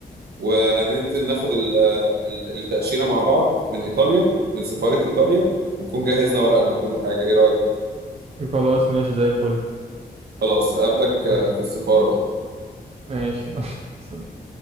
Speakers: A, on the right; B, on the right.
A: وننزل ناخد ال- ال- التأشيرة مع بعض من إيطاليا من سفارة إيطاليا ونكون جهزنا ورقنا وكل حاجة إيه رأيك؟
B: خلاص ماشي زي الفل
A: خلاص أقابلك آه،
B: يلا،
A: في السفارة بقى
B: ماشي <laughs> سلام